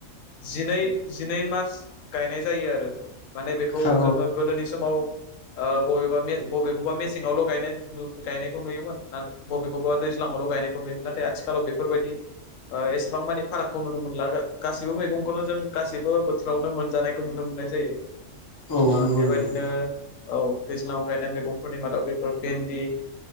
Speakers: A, on the left; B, on the left.
A: जिनै जिनै मास गायनाय जायो आरो माने बेखौ
B: औ
A: जोङो गोदोनि समाव बबेबा बबेखौबा मेसेंआवल गाय गायनायखौ नुयोमोन न बबेखौबा दैज्लाङावल' गायनायखौ नुगोन नाथाय आथिखालाव बेफोरबायदि एसेबां मानिे फाराग खौ नुनो मोनला गाससिबो मैगंखौनो जों गासैबो बोथोरावनो मोनजानायखौ नुनो मोननाय जायो
B: औ नंगौ
A: बेबायदिनो
B: नंगौ
A: औ दैज्लांआव गायनाय मैगंफोरनि मादाव बेफोर भेन्दि